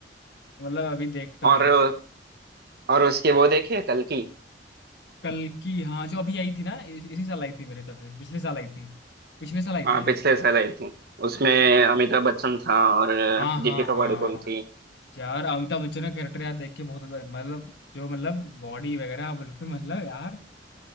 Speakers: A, on the left (about 65°); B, on the right (about 60°).
A: मतलब अभी देखता हूँ
B: और और उसके वो देखिए कल की
A: कल की हाँ जो अभी आई थी ना इस, इसी साल आई थी मेरे हिसाब से पिछले साल आई थी पिछले साल आई
B: हाँ
A: थी हाँ
B: पिछले साल आई थी उसमें
A: हम्म।
B: अमिताभ बच्चन था और
A: हाँ हाँ
B: दीपिका
A: हाँ
B: पादुकोण थी
A: यार अमिताभ बच्चन का कैरेक्टर यार देख के बहुत मतलब जो मतलब बॉडी वगैरह हाँ, बिल्कुल मतलब यार